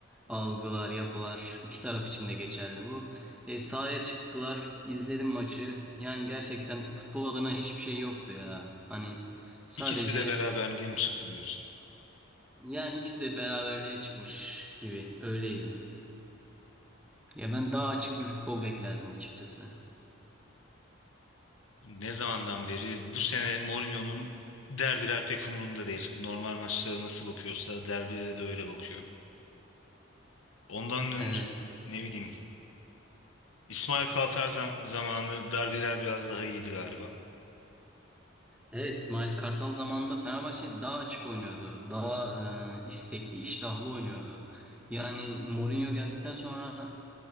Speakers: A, in the centre; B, on the left.
A: Algılar yapılar iki taraf için de geçerli bu. E, sahaya çıktılar izledim maçı. Yani gerçekten futbol adına hiçbir şey yoktu ya. Hani sadece
B: İkisi de beraberliğe mi çıktı diyorsun?
A: yani ikisi de beraberliğe çıkmış gibi öyleydi. Ya ben daha açık bir futbol beklerdim açıkçası.
B: Ne zamandan beri bu sene Mourinho'nun derbiler pek umurunda değil. Normal maçlara nasıl bakıyorsa derbilere de öyle bakıyor. Ondan önce
A: Evet.
B: ne bileyim İsmail Kartal zam- zamanı derbiler biraz daha iyiydi galiba.
A: Evet İsmail Kartal zamanında Fenerbahçe daha açık oynuyordu. Daha e, istekli, iştahlı oynuyordu. Yani Mourinho geldikten sonra